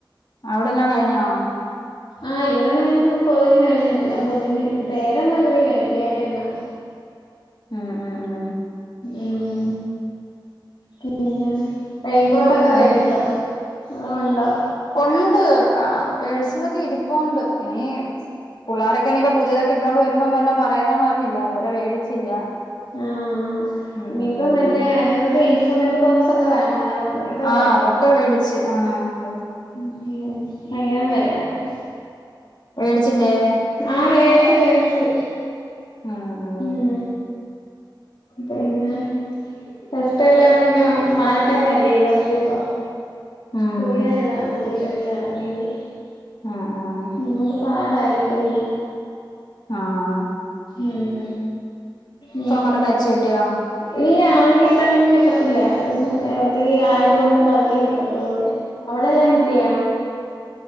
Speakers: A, on the left (about 55°); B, on the left (about 75°).
A: അവിടെ എല്ലാം കഴിഞ്ഞോ
B: ആഹ് ഇവിടെ ഞാൻ പൊതിഞ്ഞു കഴിഞ്ഞെല്ലാം പൊതിഞ് പേരൊന്നും എഴുതില്ലാ ഇനി പേരെഴുതണം
A: ഉമ് ഉ മ് ഉ മ്
B: ഉമ് പിന്നെ റെയിൻ കോട്ടൊക്കെ വേടിച്ചോ
A: ഏ
B: ആതോ ഉണ്ടോ
A: ഉണ്ട് ആ വേടിച്ചതൊക്കെ ഇരിപ്പുണ്ട് ഇനി പുള്ളാ രൊക്കെ ഇനിയിപ്പോ പുതിയതൊക്കെ ഇട്ടോൊണ്ട് വരുമ്പോ വെല്ലോം പറയൂന്ന് പറഞ്ഞ് അതുവരെ വേടിച്ചില്ല
B: ആ
A: ഉം
B: ഇനിയിപ്പ മറ്റേ ഇവർക്ക് ഇൻസ്‌ട്രുമെന്റ് ബോക്സ്‌ ഒക്കെ വേണമായിരുന്നു അതിനൊക്കെ
A: ആഹ് അതൊക്കെ വേടിച്ച് ആഹ്
B: ഉ <unintelligible>
A: വേടിച്ചില്ലേ
B: ആഹ വേടിച് വേണ്ച്
A: ഉം ഉം
B: ഊ പിന്നെ ടെസ്റ്റെല്ലാം പിന്നെ മാറ്റിതെല്ലേ ഇവർക്കിപ്പ
A: ഉം
B: പുതിയ ഇതാ പുതിയ ടെസ്റ്റാണ് <unintelligible>
A: ഉം ഉം
B: ന്നട്ട് പാടാലെ പിന്നെ
A: ആആ
B: ഉം ഉ
A: ഒക്കെ തയ്ച്ച് കിട്ടിയോ
B: ഇല്ല അവനിപ്പം എത്തത്തില്ല ഉം എത്തിരി ആയത് കൊണ്ട് പത്ക്കേ കിട്ടത്തുള്ളൂ അവിടെല്ലാം- കിട്ടിയോ